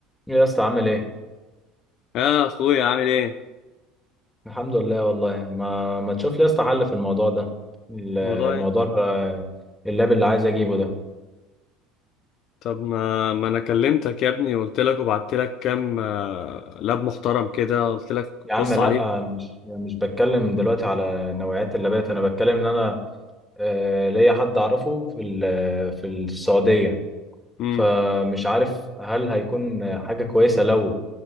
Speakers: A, in the centre; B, on the left.
A: يا اسطى عامل ايه؟
B: يا اخويا عامل ايه
A: الحمد لله والله ما ما تشوف لي يا اسطى حل في الموضوع ده الموضوع
B: الموضوع ايه
A: بقى- اللاب اللي عايز اجيبه ده
B: طب ما ما انا كلمتك يا ابني وقلت لك وبعت لك كام آه، لاب محترم كده قلت لك
A: يا عم
B: بص
A: لا
B: عليهم
A: انا مش مش بتكلم دلوقتي على نوعيات اللابات انا بتكلم ان انا آه، ليا حد اعرفه في ال- في السعودية
B: امم
A: فمش عارف هل هيكون حاجة كويسة لو